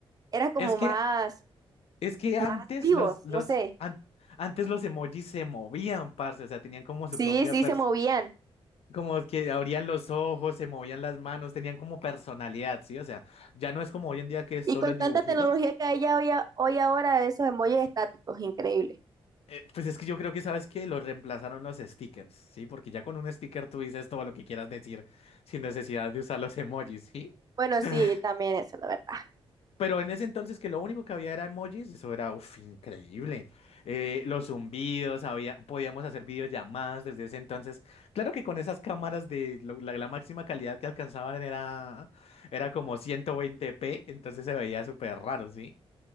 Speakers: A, on the right (about 40°); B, on the left (about 75°).
A: Eran como
B: Es que,
A: más,
B: es que
A: más
B: antes
A: vivos,
B: los, los,
A: no sé.
B: an- antes los emojis se movían, parce, o sea, tenían como su
A: Sí,
B: propia
A: sí,
B: pers,
A: se movían.
B: como que abrían los ojos, se movían las manos, tenían como personalidad, ¿sí? O sea, ya no es como hoy en día que es
A: Y
B: solo
A: con
B: el
A: tanta
B: dibujito.
A: tecnología que hay ya hoy, a- hoy ahora, esos emojis estáticos, increíble.
B: Eh, pues es que yo creo que, ¿sabes que Los reemplazaron los stickers, ¿sí? Porque ya con un sticker tú dices todo lo que quieras decir sin necesidad de usar los emojis, ¿sí?
A: Bueno,
B: <laughs>
A: sí, también eso, la verdad.
B: Pero en ese entonces que lo único que había era emojis, eso era uf, increíble. Eh, los zumbidos, había, podíamos hacer videollamadas desde ese entonces. Claro que con esas cámaras de lo- la, la máxima calidad que alcanzaban era, era como 120p, entonces se veía súper raro, ¿sí?